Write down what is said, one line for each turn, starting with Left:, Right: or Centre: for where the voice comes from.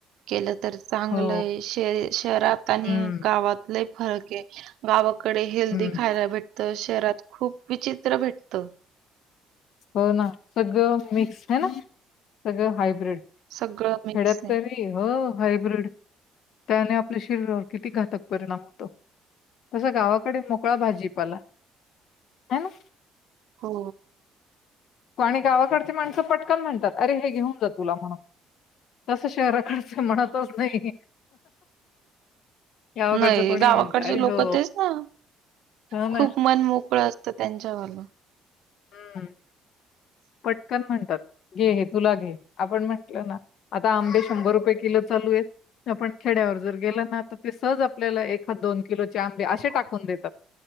Right: केलं. तर चांगलं
Left: हो
Right: श शहरात आणि
Left: हम्म
Right: गावातलंही फरक आहे गाव कडे हेल्दी
Left: हम्म
Right: खायला भेटत, शहरात खूप विचित्र भेटत.
Left: हो ना सगळं मिक्स ह ना सगळं हायब्रीड.
Right: सगळं मिक्स
Left: खेड्यात
Right: आहे
Left: तरी हो हायब्रीड त्याने आपल्या शरीरावर किती घातक परिणाम होतो. तस गावाकडे मोकळा भाजीपाला आहे ना.
Right: हो.
Left: आणि गावाकडची माणसं पटकन म्हणतात अरे हे घेऊन जा तुला म्हणून.. तसं शहराकडच म्हणतच नाही. गावाकडचं
Right: नाही
Left: कोणी
Right: गावाकडचे
Left: म्हणतं अरे
Right: लोक
Left: हो
Right: तेच ना.
Left: हो
Right: खूप
Left: ना
Right: मन मोकळ असतं त्यांच्या वालं..
Left: हम्म.
Right: <unintelligible>
Left: पटकन म्हणतात घे हे तुला घे आपण म्हंटलं ना आता आंबे शंभर रुपये किलो चालू आहेत. आपण खेड्यावर जर गेल ना तर ते सहज आपल्याला एख हा दोन किलोचे आंबे असे टाकून देतात.